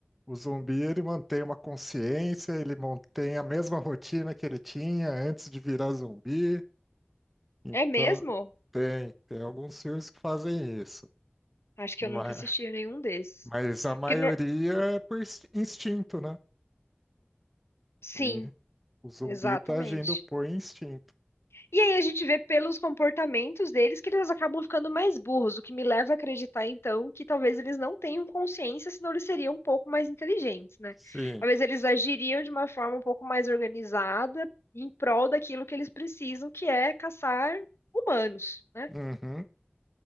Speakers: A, in the centre; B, on the left.
A: O zumbi, ele mantém uma consciência, ele mantém a mesma rotina que ele tinha antes de virar zumbi. Então,
B: É mesmo?
A: tem, tem alguns filmes que fazem isso.
B: Acho que
A: Mas,
B: eu nunca assisti a nenhum desses.
A: mas a maioria
B: Porque, nor-
A: é por ins- instinto, né?
B: sim,
A: O, in- o zumbi
B: exatamente.
A: tá agindo por instinto.
B: E aí a gente vê pelos comportamentos deles que eles acabam ficando mais burros, o que me leva a acreditar, então, que talvez eles não tenham consciência, senão eles seriam um pouco mais inteligentes, né?
A: Sim.
B: Talvez eles agiriam de uma forma um pouco mais organizada em prol daquilo que eles precisam, que é caçar humanos, né?
A: Uhum.